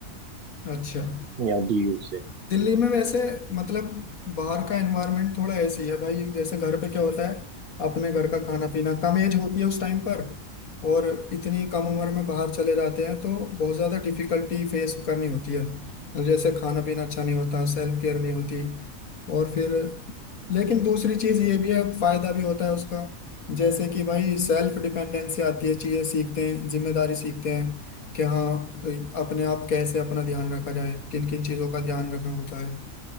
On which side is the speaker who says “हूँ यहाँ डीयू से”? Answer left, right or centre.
Right